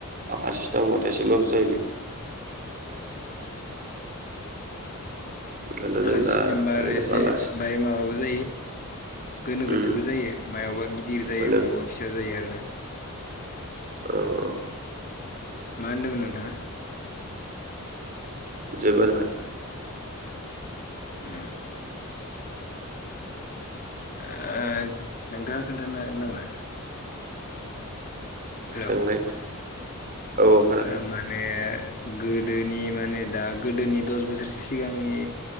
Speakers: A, on the right (about 40°); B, on the left (about 40°).
A: आखा सिस्टामबथायसे लस जायोलि ओंखायनोथ'
B: आखा
A: जों
B: सिस्टेमबा
A: दा ओरैनो
B: आरो एसे
A: बालासो
B: बाय माबाबो जायो। गोनो
A: उम
B: गोथोबो जायो मायावबा गिदिर जायो
A: ओरैनो
B: मायावबा फिसा जायो आरोना।
A: औ औ
B: मा होनदोमोन नोंथाङा
A: जोबो होनाखै
B: उम ओ नोंथाङा खोन्थानो हागोन नामा हेलौ
A: सोंलाय औ खोनादों
B: ओ माने गोदोनि माने दा गोदोनि दस बोसोरसो सिगांनि